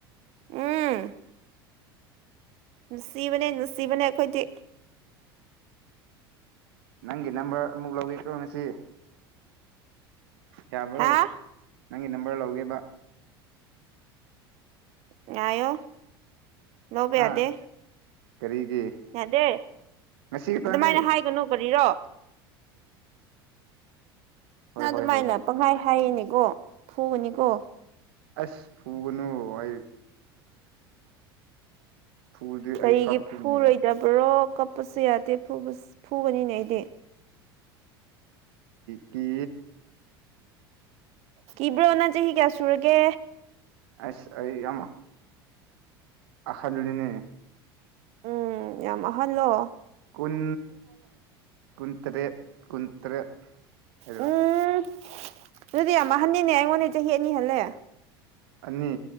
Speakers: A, on the right; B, on the right.
A: ꯎꯝ ꯅꯨꯡꯁꯤꯕꯅꯦ ꯅꯨꯡꯁꯤꯕꯅꯦ ꯑꯩꯈꯣꯏꯗꯤ
B: ꯅꯪꯒꯤ ꯅꯝꯕꯔ ꯑꯃꯨꯛ ꯂꯧꯒꯦ ꯀꯣ ꯉꯁꯤ ꯌꯥꯕ꯭ꯔꯣ
A: ꯍꯥ
B: ꯅꯪꯒꯤ ꯅꯝꯕꯔ ꯂꯧꯒꯦꯕ
A: ꯉꯌꯣ ꯂꯧꯕꯧꯕꯦ
B: ꯍꯥ
A: ꯑꯗꯦ
B: ꯀꯔꯤꯒꯤ
A: ꯌꯥꯗꯦ
B: ꯉꯁꯤ ꯈꯛꯇꯅꯤ
A: ꯑꯗꯨꯃꯥꯏꯅ ꯍꯥꯏꯒꯅꯨ ꯀꯔꯤꯔꯣ
B: ꯍꯣꯏ
A: ꯅꯪ ꯑꯗꯨꯃꯥꯏꯅ
B: ꯍꯣꯏ ꯍꯣꯏ ꯍꯣꯏ
A: ꯄꯪꯍꯥꯏ ꯍꯥꯏꯌꯦꯅꯦꯀꯣ ꯐꯨꯕꯅꯤꯀꯣ
B: ꯑꯁ ꯐꯨꯒꯅꯨꯋꯣ ꯑꯩ ꯐꯨꯔꯗꯤ
A: ꯀꯥꯔꯤꯒꯤ
B: ꯑꯩ ꯀꯞꯀꯅꯤ
A: ꯐꯨꯔꯣꯏꯗꯥꯕ꯭ꯔꯣ ꯀꯞꯄꯁꯨ ꯌꯥꯗꯦ ꯐꯨꯕꯁꯨ ꯐꯨꯒꯅꯤꯅꯦ ꯑꯩꯗꯤ
B: ꯀ
A: ꯀꯤꯕ꯭ꯔꯣꯅ ꯆꯍꯤ ꯀꯌꯥ ꯁꯨꯔꯒꯦ
B: ꯑꯁ ꯑꯩ ꯌꯥꯝ ꯑꯍꯟꯂꯤꯅꯦ
A: ꯎꯝ ꯌꯥꯝ ꯑꯥꯍꯜꯂꯣ
B: ꯀꯨꯟ ꯀꯨꯟꯇꯔꯦꯠ ꯀꯨꯟꯇꯔꯦꯠ ꯍꯥꯏ꯭ꯔꯥ
A: ꯎꯝ ꯑꯗꯨꯗꯤ ꯌꯥꯝ ꯑꯍꯟꯅꯤꯅꯦ ꯑꯩꯉꯣꯟꯗꯒꯤ ꯆꯍꯤ ꯑꯅꯤ ꯍꯜꯂꯦ
B: ꯑꯅꯤ